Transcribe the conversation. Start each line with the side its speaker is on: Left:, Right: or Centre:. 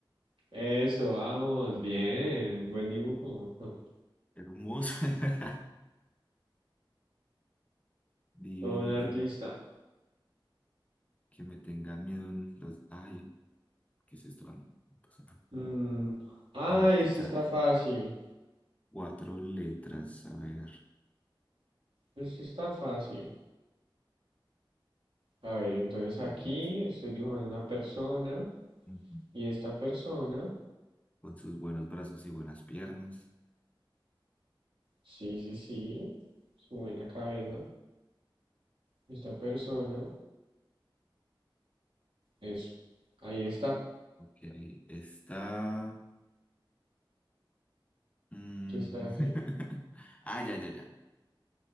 Right: Eso, vamos. Bien. Buen dibujo. <laughs>
Left: Hermoso. <laughs> Divino
Right: Todo un artista.
Left: el dibujo. Que me tengan miedo en los. Ay, ¿qué es esto? Ah, no, no pasa nada.
Right: Mm, Ah,
Left: En Art
Right: este
Left: Attack.
Right: está fácil.
Left: Cuatro letras. A ver.
Right: Este está fácil. A ver, entonces
Left: ok,
Right: aquí estoy dibujando una persona.
Left: ujú,
Right: Y esta persona.
Left: Con sus buenos brazos y buenas piernas.
Right: Sí, sí, sí. Su buena cabeza. Esta persona, es ahí está.
Left: Ok. Está. Mm.
Right: ¿Qué estará haciendo?
Left: <laughs> Ah, ya, ya, ya.